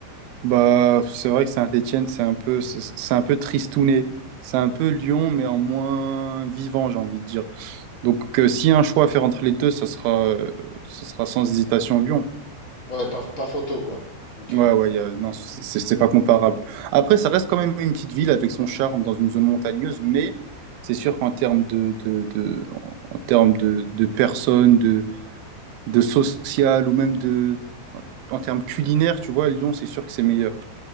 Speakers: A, on the right; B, on the left.
A: Bah, c'est vrai que Saint-Étienne, c'est un peu, c'est c'est un peu tristouné. C'est un peu Lyon, mais en moins vivant, j'ai envie de dire. Donc, euh, s'il y a un choix à faire entre les deux, ça sera, euh, ça sera sans hésitation Lyon.
B: Ouais, pas, pas photo quoi. Ok.
A: Ouais, ouais, y a- non, c'est c'est- c'est pas comparable. Après, ça reste quand même une petite ville avec son charme dans une zone montagneuse, mais c'est sûr qu'en termes de, de, de- en en termes de, de personnes, de, de social ou même de, en termes culinaires, tu vois, Lyon, c'est sûr que c'est meilleur.